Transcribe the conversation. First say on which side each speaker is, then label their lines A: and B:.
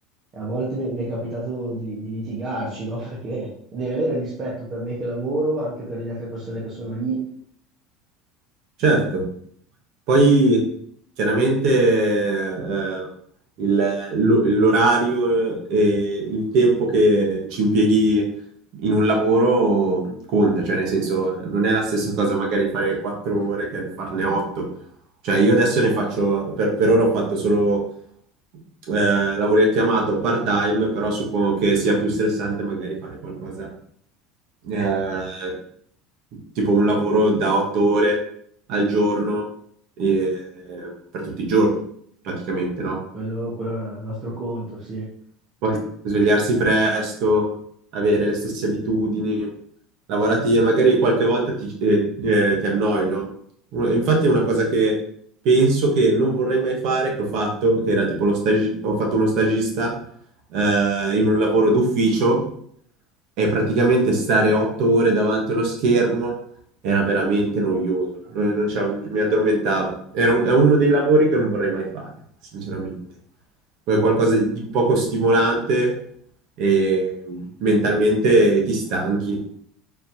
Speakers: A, on the right; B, on the right.
A: e a volte mi, mi è capitato di, di litigarci, no? <laughs> Perché devi avere rispetto per me che lavoro, anche per le altre persone che sono lì,
B: certo. Poi chiaramente eh, il- l'o- l'orario eh, e il tempo che ci impieghi in un lavoro conta, cioè nel senso non è la stessa cosa magari fare quattro ore che farne otto. Cioè io adesso ne faccio, per, per ora ho fatto solo eh, lavori a chiamata o part-time, però suppongo che sia più stressante magari fare qualcosa eh, tipo un lavoro da otto ore al giorno eh, per tutti i giorni, praticamente, no?
A: quello, quello è un altro conto, sì.
B: Poi svegliarsi presto, avere le stesse abitudini lavorative, magari qualche volta ti, eh, eh, ti annoi, no? Un- Infatti è una cosa che penso che non vorrei mai fare, che ho fatto, che era tipo lo stagi- ho fatto uno stagista eh, in un lavoro d'ufficio e praticamente stare otto ore davanti allo schermo era veramente noioso. Non, non ce la- mi addormentavo. Era un- è uno dei lavori che non vorrei mai fare, sinceramente. È qualcosa di poco stimolante e mentalmente ti stanchi.